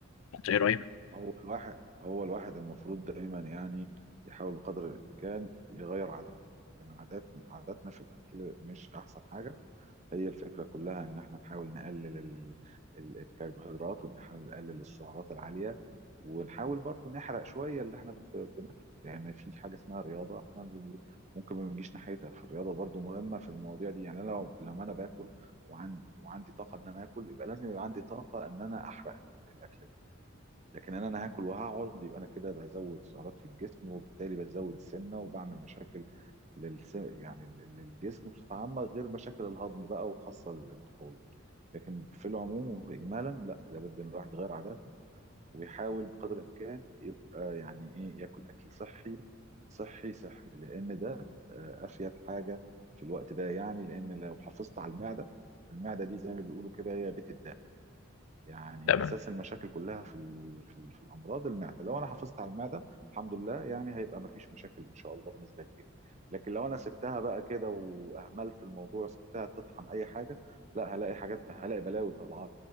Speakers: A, on the left; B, on the right.
A: أنت إيه رأيك؟
B: هو الواحد هو الواحد المفروض دايما يعني يحاول بقدر الامكان يغير عاداته لان عادات عاداتنا في الاكل مش احسن حاجه هي الفكرة كلها إن إحنا نحاول نقلل ال- ال- الكربوهيدرات ونحاول نقلل السعرات العالية ونحاول برضو نحرق شوية اللي إحنا ب- بناكله يعني في حاجة اسمها رياضة إحنا ب- ممكن ما بنجيش ناحيتها فالرياضة برضو مهمة في المواضيع دي يعني أنا لو لما أنا باكل وعندي وعندي طاقة إن أنا آكل يبقى لازم يبقى عندي طاقة إن أنا أحرق ال- الأكل ده لكن إن أنا هاكل وهقعد يبقى أنا كده بزود سعرات في الجسم وبالتالي بزود السمنة وبعمل مشاكل للس... يعني لل- للجسم بصفة عامة غير مشاكل الهضم بقى وخاصة القولون لكن في العموم وإجمالا لا لابد إن الواحد يغير عاداته ويحاول بقدر الإمكان يبقى يعني إيه ياكل أكل صحي صحي صحي لأن ده آه، أفيد حاجة في الوقت ده يعني لأن لو حافظت على المعدة المعدة دي زي ما بيقولوا كده هي بيت الدم يعني
A: تمام
B: اساس المشاكل كلها في ال- في, ال- في الامراض المعده لو انا حافظت على المعده الحمد لله يعني هيبقى ما فيش مشاكل ان شاء الله بنسبه كبيره لكن لو انا سبتها بقى كده واهملت الموضوع سبتها تطحن اي حاجه لا هلاقي حاجات هلاقي بلاوي طالعه لي.